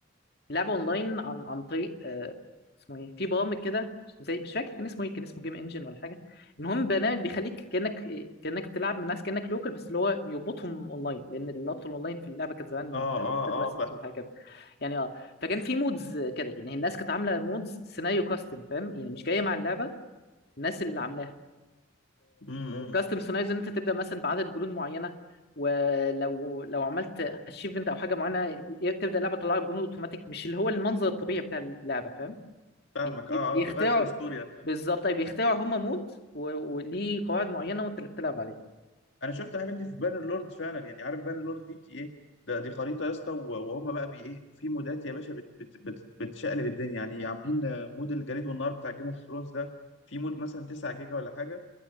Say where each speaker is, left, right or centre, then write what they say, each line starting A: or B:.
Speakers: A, on the left; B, on the left.
A: لعبه اونلاين عن عن طريق آه، اسمه ايه في برامج كده زي مش فاكر كان اسمه ايه كان اسمه جيم انجن ولا حاجه المهم برنامج بيخليك كانك كانك تلعب من ناس كانك لوكال بس اللي هو بيربطهم اونلاين لان اللابط الاونلاين في اللعبه كانت زمان
B: اه
A: مش فاكر محتاج
B: اه
A: لايسنس
B: اه فاهم
A: ولا حاجه كده يعني اه فكان في مودز كده يعني الناس كانت عامله مودز سيناريو كاستم فاهم يعني مش جايه مع اللعبه الناس اللي عاملاها
B: امم إمم، إمم.
A: كاستم سيناريوز ان انت تبدا مثلا بعدد جنود معينه ولو لو عملت اتشيفمنت او حاجه معينه تبدا اللعبه تطلع لك جنود اوتوماتيك مش اللي هو المنظر الطبيعي بتاع اللعبه فاهم
B: فاهمك
A: بي- بي-
B: اه
A: بيخترعوا
B: اه بيغير في الاستوري نفسها.
A: بالظبط اي بيخترعوا هم مود و- وليه قواعد معينه وانت اللي بتلعب عليه
B: انا شفت الحاجات دي في بانر لورد فعلا يعني عارف بانر لورد دي بت- ايه ده دي خريطه يا اسطى و- وهم بقى بي ايه في مودات يا باشا بت بت بت بتشقلب الدنيا يعني عاملين آه، مود الجليد والنار بتاع جيم اوف ثرونز ده في مود مثلا 9 جيجا ولا حاجه